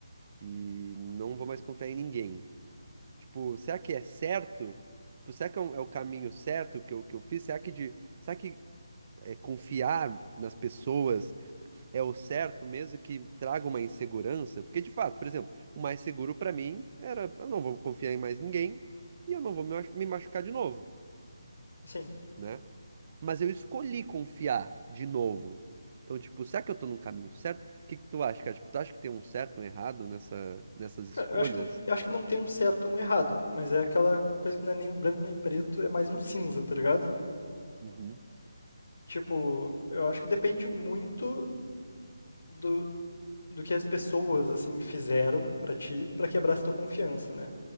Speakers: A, on the right; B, on the left.
A: E não vou mais confiar em ninguém. Tipo, será que é certo? Tipo, será que é, um- é o caminho certo que eu, que eu fiz? Será que, de, será que é, confiar nas pessoas é o certo, mesmo que traga uma insegurança, porque de fato, por exemplo, o mais seguro pra mim era eu não vou confiar em mais ninguém e eu não vou me machu- me machucar de novo,
B: sim.
A: né? Mas eu escolhi confiar de novo. Então, tipo, será que eu tô no caminho certo? O que que tu acha, cara? Tipo, tu acha que tem um certo, um errado nessa, nessas escolhas?
B: Cara, eu acho que, eu acho que não tem um certo ou um errado, mas é aquela coisa que não é nem branco nem preto, é mais um cinza, tá ligado?
A: Uhum,
B: Tipo, eu acho que depende muito do, do que as pessoas, assim, fizeram pra ti pra quebrar essa tua confiança, né?